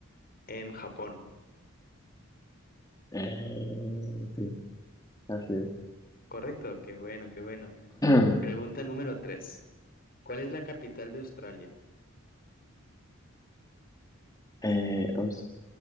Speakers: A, on the left (about 45°); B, on the left (about 15°).
A: En Japón.
B: Eh, sí, así es.
A: Correcto, qué bueno, qué bueno.
B: <clears throat>
A: Pregunta número 3. ¿Cuál es la capital de Australia?
B: Eh, ups,